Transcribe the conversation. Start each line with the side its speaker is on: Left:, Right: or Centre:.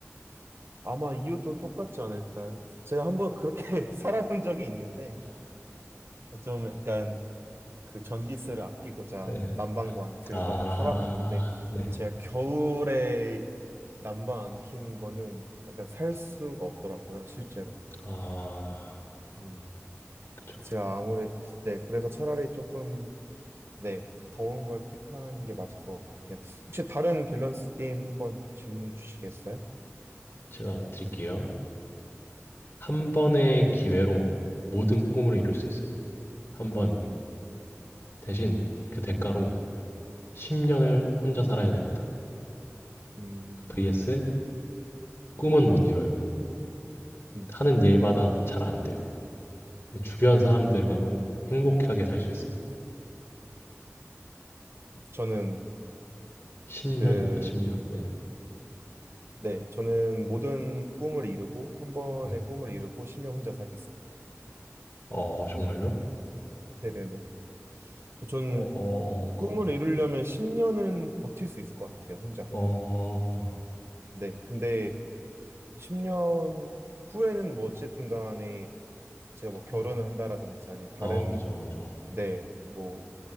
Right: 아마 이유도 똑같지 않을까요? 제가 한번 그렇게 <laughs> 살아본 적이 있는데 좀 약간 그 전기세를 아끼고자
Left: 네.
Right: 난방도 안 틀고
Left: 아,
Right: 한번 살아봤는데
Left: 네.
Right: 제가 겨울에 난방 안 켜는 거는 약간 살 수가 없더라고요, 실제로.
Left: 아,
Right: 음.
Left: 그쵸.
Right: 제가 아무래도 네, 그래서 차라리 조금 네, 더운 걸 택한 게 맞을 것 같아요. 혹시 다른 밸런스 게임 한번 질문 주시겠어요?
Left: 제가 드릴게요. 한 번의 기회로 모든 꿈을 이룰 수 있어요. 한 번
Right: 음.
Left: 대신 그 대가로 10년을 혼자 살아야 됩니다.
Right: 음.
Left: vs 꿈은 못 이뤄요.
Right: 음.
Left: 하는 일마다 잘 안 돼요. 주변 사람들과는 행복하게 살 수 있어요.
Right: 저는
Left: 10년입니다.
Right: 그
Left: 10년. 네.
Right: 네, 저는 모든 꿈을 이루고 한 번의
Left: 네.
Right: 꿈을 이루고 10년 혼자 살겠습니다.
Left: 어 정말요?
Right: 네네네. 저는
Left: 어. 어.
Right: 꿈을 이루려면 10년은 버틸 수 있을 것 같아요, 혼자.
Left: 어, 어,
Right: 네, 근데 10년 후에는 뭐 어쨌든 간에 제가 뭐 결혼을
Left: 아.
Right: 한다라든지 아니 다른
Left: 아 그죠, 그죠.
Right: 네, 뭐